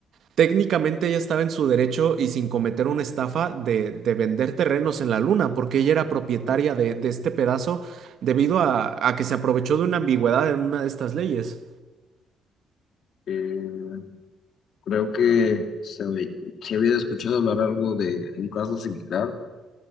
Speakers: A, on the right (about 65°); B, on the left (about 65°).
A: Técnicamente ella estaba en su derecho y sin cometer una estafa de, de vender terrenos en la luna, porque ella era propietaria de, de este pedazo debido a, a que se aprovechó de una ambigüedad en una de estas leyes.
B: Eh, creo que se, oí- sí había escuchado hablar algo de un caso similar